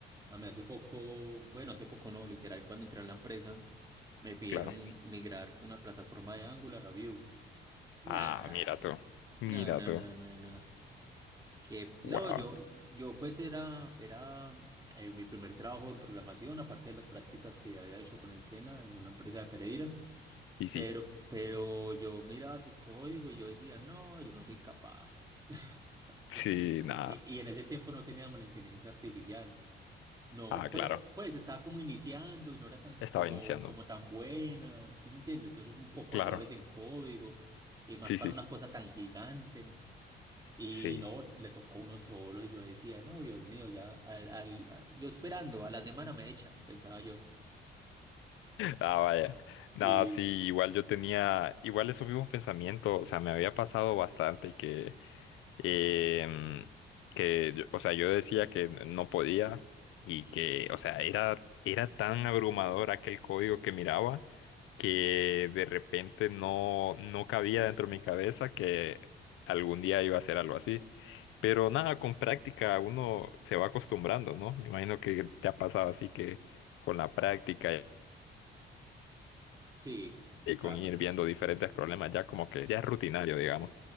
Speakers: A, on the right (about 20°); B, on the left (about 90°).
A: a mí hace poco, bueno, hace poco no, literal, cuando entré a la empresa, me pidieron
B: Claro.
A: migrar una plataforma de Angular a Vue. Nah,
B: Ah, mira tú.
A: nah,
B: Mira
A: nah,
B: tú.
A: nah, nah, nah. Que no,
B: Wow.
A: yo, yo pues era, era eh, mi primer trabajo en programación, aparte de las prácticas que había hecho con el SENA en una empresa de Pereira,
B: Sí, sí.
A: pero, pero yo miraba así código y yo decía, no, yo no soy capaz. <laughs>
B: Sí, nada.
A: E- Y en ese tiempo no teníamos la inteligencia artificial. No,
B: Ah,
A: pues,
B: claro.
A: pues estaba como iniciando y no era tan
B: Estaba
A: como,
B: iniciando.
A: como tan buena, ¿sí me entiendes? Eso es un poco
B: Claro.
A: de errores en código y más
B: Sí,
A: para
B: sí.
A: una cosa tan gigante. Y
B: Sí.
A: no, le tocó a uno solo y yo decía, no, Dios mío, ya, al, al- a- yo esperando, a la semana me echan, pensaba yo.
B: Ah, vaya.
A: Sí,
B: No, sí, igual yo tenía, igual esos mismos pensamientos, o sea, me había pasado bastante que, em, que, yo- o sea, yo decía que no podía y que, o sea, era, era tan abrumador aquel código que miraba que de repente no, no cabía dentro de mi cabeza que algún día iba a hacer algo así. Pero nada, con práctica uno se va acostumbrando, ¿no? Me imagino que te ha pasado así que con la práctica
A: sí, sí,
B: y
A: claro.
B: con ir viendo diferentes problemas ya como que ya es rutinario, digamos.